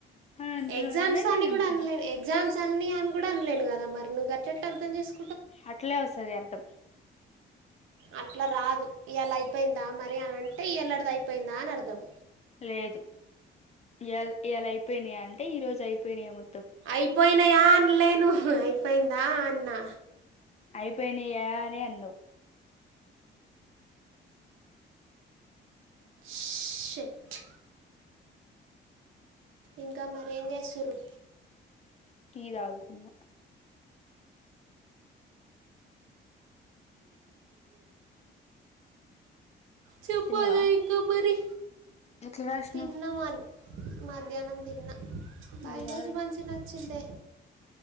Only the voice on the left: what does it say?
అని అంటున్నావేమోనని
నేను
అనుకున్నా
అట్లే వస్తది అర్ధం
లేదు ఇయ ఇయ్యాల అయిపోయినాయా అంటే ఈ రోజు అయిపోయినాయి ఏమో
అయిపోయినయా అనే అన్నావ్
టీ తాగుతున్న
తిన్నవా
ఎట్లా రాష్ణవ
అది కాదు